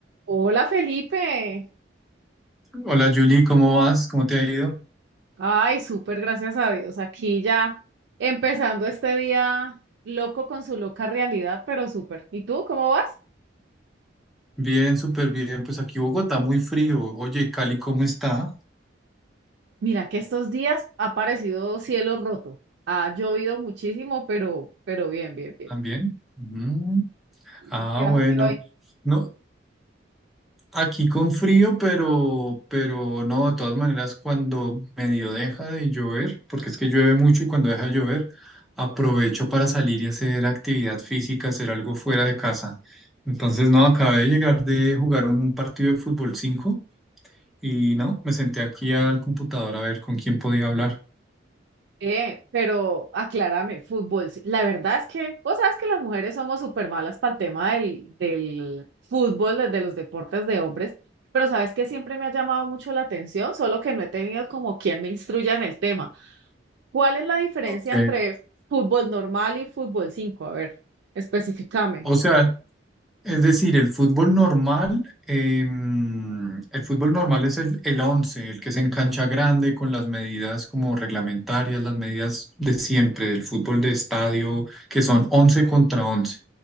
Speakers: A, on the right (about 65°); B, in the centre.
A: Hola Felipe.
B: Hola Julie, ¿cómo vas? ¿Cómo te ha ido?
A: Ay, súper, gracias a Dios. Aquí ya empezando este día loco con su loca realidad, pero súper. ¿Y tú cómo vas?
B: Bien, súper bien. Pues aquí Bogotá muy frío. Oye, Cali, ¿cómo está?
A: Mira que estos días ha aparecido cielo roto. Ha llovido muchísimo, pero, pero bien, bien, bien.
B: ¿También? Mm, Ah,
A: ¿Y qué vas
B: bueno.
A: a hacer hoy?
B: No, aquí con frío, pero, pero no, de todas maneras, cuando medio deja de llover, porque es que llueve mucho y cuando deja de llover, aprovecho para salir y hacer actividad física, hacer algo fuera de casa. Entonces, no, acabé de llegar de jugar un partido de fútbol 5 y no, me senté aquí al computador a ver con quién podía hablar.
A: Eh, pero aclárame, fútbol. sí. La verdad es que vos sabes que las mujeres somos súper malas para el tema del, del fútbol, de, de los deportes de hombres, pero sabes que siempre me ha llamado mucho la atención, solo que no he tenido como quien me instruya en el tema. ¿Cuál es la diferencia
B: Ok,
A: entre fútbol normal y fútbol 5? A ver, especificame.
B: o sea, es decir, el fútbol normal, em, el fútbol normal es el, el 11, el que se en cancha grande con las medidas como reglamentarias, las medidas de siempre, del fútbol de estadio, que son 11 contra 11.